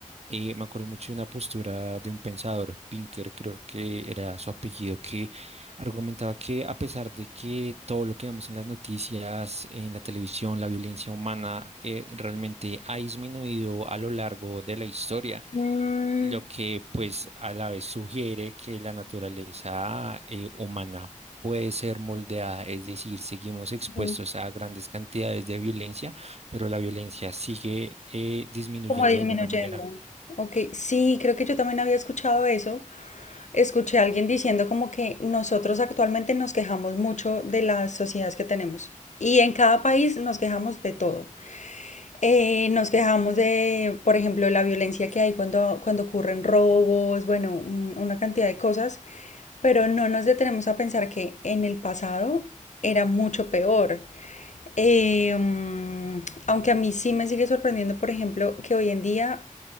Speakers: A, on the right; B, on the left.
A: eh, me acuerdo mucho de una postura de un pensador, Pinker, creo que era su apellido, que argumentaba que a pesar de que todo lo que vemos en las noticias, en la televisión, la violencia humana eh, realmente ha disminuido a lo largo de la historia,
B: Mm,
A: lo que pues a la vez sugiere que la naturaleza eh, humana puede ser moldeada, es decir, seguimos expuestos
B: ujú.
A: a grandes cantidades de violencia, pero la violencia sigue eh, disminuyendo
B: Como disminuyendo.
A: de alguna manera.
B: Ok, sí, creo que yo también había escuchado eso. Escuché a alguien diciendo como que nosotros actualmente nos quejamos mucho de las sociedades que tenemos. Y en cada país nos quejamos de todo. Eh, nos quejamos de, por ejemplo, la violencia que hay cuando, cuando ocurren robos, bueno, un- una cantidad de cosas, pero no nos detenemos a pensar que en el pasado era mucho peor. Eh, mm, aunque a mí sí me sigue sorprendiendo, por ejemplo, que hoy en día